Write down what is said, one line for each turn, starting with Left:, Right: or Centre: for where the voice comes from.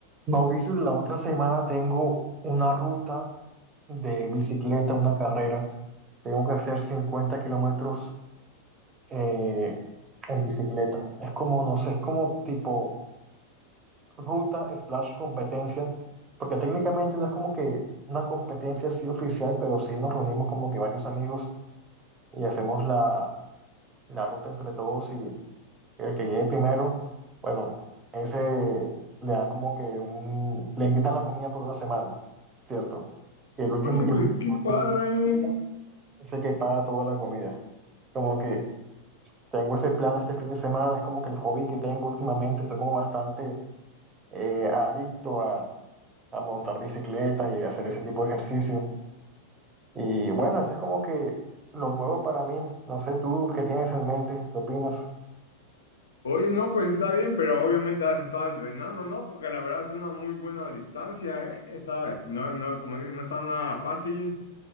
Right: Mauricio, la otra semana tengo una ruta de bicicleta, una carrera. Tengo que hacer 50 kilómetros eh, en bicicleta. Es como, no sé, es como tipo ruta slash competencia, porque técnicamente no es como que una competencia así oficial, pero sí nos reunimos como que varios amigos y hacemos la, la ruta entre todos el que llegue primero, bueno, ese le da como que un, le invitan la comida por una semana, ¿cierto? Y el último,
Left: Oye,
Right: y
Left: pues
Right: el, y
Left: qué padre.
Right: el último que llega es el que paga toda la comida. Como que tengo ese plan este fin de semana, es como que el hobby que tengo últimamente, soy como bastante eh, adicto a, a montar bicicleta y hacer ese tipo de ejercicio. Y bueno, eso es como que lo nuevo para mí. No sé tú qué tienes en mente, qué opinas.
Left: Oye, no, pues está bien, pero obviamente has estado entrenando, ¿no? Porque la verdad es una muy buena distancia, ¿eh? Está, no, no, como dices, no está nada fácil.